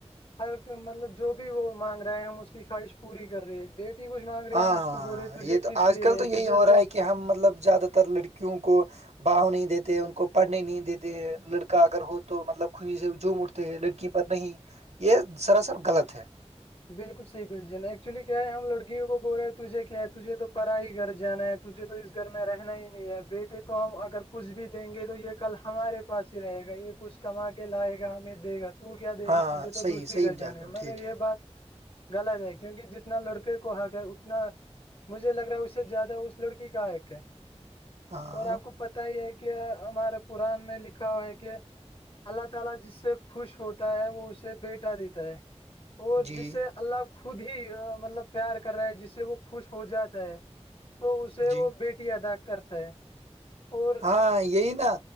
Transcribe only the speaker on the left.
ہر مطلب جو بھی وہ مانگ رہا ہے ہم اس کی خواہش پوری کر رہی ہے بی کچھ مانگ رہی
ہم اس کو بول رہے تجھے
کس
لیے
ہے
تجھے
تو
بالکل صحیح ب جا ایکچولی کیا ہے ہم لڑکیوں کو بول رہے ہیں تجھے کیا ہے تجھے تو پا ہی گھر جانا ہے تجھے تو اس گھر میں رہنا ہی نہیں ہے بیٹے کو ہم اگر کچھ بھی دیں گے تو یہ کل ہمارے پاس ہی رہے گا یہ کچھ کما کے لائے گا ہمیں دے گا تو کیا دیک
گی تجھے تو
دوسری
گھر
جانا
ہے
مگر
یہ بات گلا جائے کیونکہ جتنا لڑکے کو حق ہے اتنا مجھے لگ رہا ہے اس سے زیادہ اس لڑکی کاق ہے
اور آپ کو پت ہی ہے کہ ہمارے قرآن میں لکھا ہوا ہے کہ اللہ تعالی جس سے خوش ہوتا ہے وہ اسے بیٹا دیتا ہے اور
جس سے اللہ خود ہی مطلب پیار کر رہا ہے جس سے وہ خوش ہو جاتا ہے تو اسے
وہ بیٹی ادا کرتا ہے اور